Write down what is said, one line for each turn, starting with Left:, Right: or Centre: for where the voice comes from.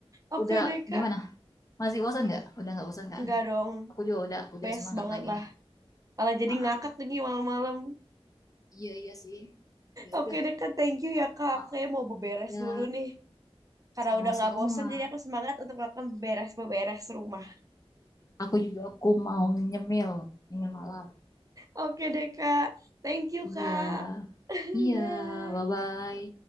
Right: Oke
Left: Udah
Right: deh, Kak.
Left: gimana? Masih bosan nggak? Udah nggak bosan kan?
Right: Enggak dong.
Left: Aku juga udah udah
Right: Best
Left: semangat
Right: banget
Left: lagi
Right: lah.
Left: nih.
Right: Malah jadi
Left: Ah,
Right: ngakak lagi malam-malam.
Left: iya iya sih. Ya
Right: Oke
Left: udah.
Right: deh, Kak. Thank you ya, Kak.
Left: Ah,
Right: Aku kayaknya mau beberes
Left: ya
Right: dulu nih. Karena
Left: sama-sama.
Right: udah nggak bosen, jadi aku semangat untuk melakukan beres-beres rumah.
Left: Aku juga aku mau nyemil, nyemil malam.
Right: Oke deh, Kak. Thank you,
Left: Iya.
Right: Kak. <laughs> Dadah.
Left: Iya, bye-bye.